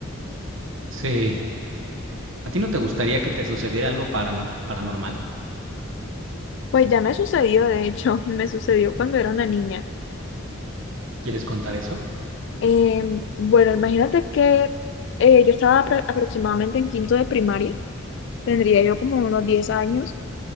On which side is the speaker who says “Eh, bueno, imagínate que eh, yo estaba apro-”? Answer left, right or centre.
Left